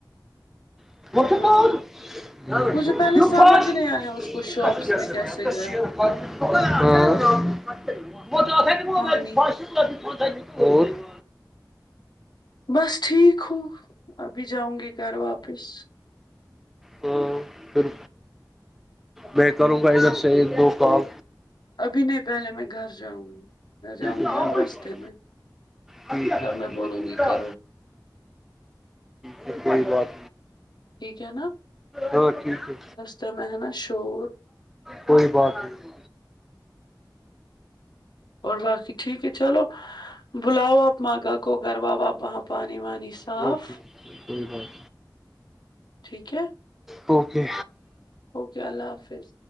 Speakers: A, in the centre; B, on the left.
A: <unintelligible>
B: ہاں
A: <unintelligible>
B: مجھے پہلے سمجھ نہیں آیا اس کو شاپس میں کیسے گیا
A: <unintelligible>
B: پانی بس ٹھیک ہو ابھی جاؤں گی گھر واپس
A: ہو پھر میں کروں گا ادھر سے ایک دو کال
B: ابھی نہیں پہلے میں گھر جاؤں گی میں جاؤں گی
A: تھا
B: نا اب رستے میں
A: ٹھیک ہے
B: تب میں بولوں گی کرو
A: پھر وہی بات
B: ٹھیک ہے نا
A: تو ٹھیک ہے
B: پھر میں ہے نہ شور
A: کوئی بات نہیں
B: اور باقی ٹھیک ہے چلو بلاؤ آپ ماگا کو کر واؤ واپ وہاں پانی وانی صاف
A: اوکے کوئی بات
B: ٹھیک ہے
A: اوکے
B: اوکے اللہ حافظ